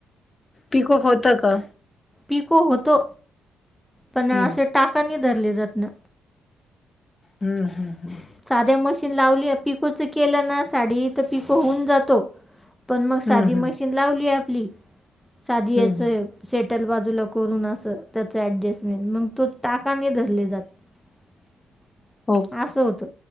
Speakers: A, on the left; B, in the centre.
A: पिको होत का?
B: पिको होतो. पण
A: हम्म
B: असे टाका नाही धरले जात ना.
A: हम्म हम् हम्
B: साध्या मशीन लावलीये पिकोच केलं ना साडी तरं पिको होऊन जातो. पण मग साधी
A: हम्म हम्म
B: मशीन लावली आपली साधी याचं
A: हम्म हम्म
B: सेटल बाजूला करून असं. त्याचं ऍडजेस्ट मेंट. मंग तो टाका नाही धरले जातं.
A: हो का
B: असं होतं.